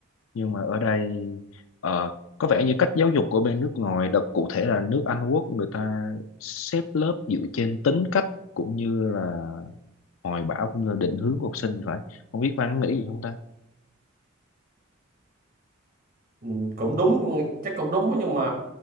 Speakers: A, on the left; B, on the right.
A: nhưng mà ở đây ờ, có vẻ như cách giáo dục của bên nước ngoài đặc cụ thể là nước Anh Quốc người ta xếp lớp dựa trên tính cách cũng như là hoài bão cũng như định hướng của học sinh thì phải không biết Văn nghĩ gì không ta
B: ừ, cũng đúng chắc cũng đúng nhưng mà